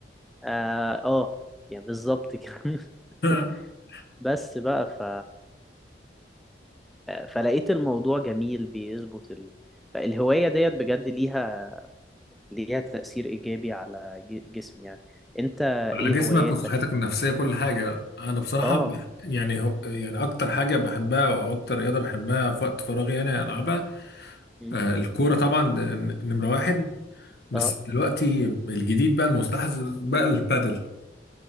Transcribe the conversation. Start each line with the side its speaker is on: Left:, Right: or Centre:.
Centre: اه آه، يعني بالظبط كده
Left: <laughs>
Centre: <laughs> بس بقى ف... فلقيت الموضوع جميل بيظبط ال... الهواية ديت بجد ليها ليها تأثير إيجابي على ج- جسمي يعني أنت
Left: على
Centre: إيه
Left: جسمك
Centre: هواياتك؟
Left: وصحتك النفسيه كل حاجه انا بصراحه
Centre: آه
Left: ب- يعني هو يعني اكتر حاجه بحبها او اكتر رياضه بحبها في وقت فراغي انا العبها
Centre: م?
Left: آه، الكوره طبعا ده ن- نمره واحد بس
Centre: آه
Left: دلوقتي الجديد بقى المستحدث بقى البادل